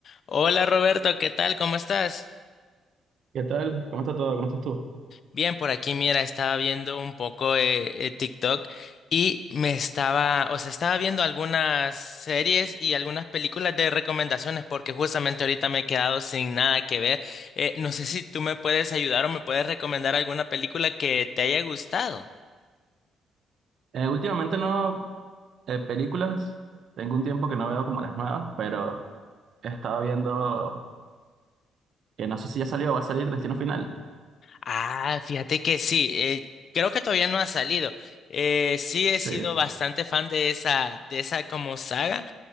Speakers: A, on the left; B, on the right.
A: Hola Roberto, ¿qué tal? ¿Cómo estás?
B: ¿Qué tal? ¿Cómo está todo? ¿Cómo estás tú?
A: Bien, por aquí, mira, estaba viendo un poco eh, eh, TikTok y me estaba, o sea, estaba viendo algunas series y algunas películas de recomendaciones porque justamente ahorita me he quedado sin nada que ver. Eh, no sé si tú me puedes ayudar o me puedes recomendar alguna película que te haya gustado.
B: Eh, últimamente no, eh, películas, tengo un tiempo que no veo como las nuevas, pero he estado viendo, que no sé si ya salió o va a salir Destino Final.
A: Ah, fíjate que sí, eh, creo que todavía no ha salido. Eh, sí he
B: Sí,
A: sido bastante fan de esa, de esa como saga.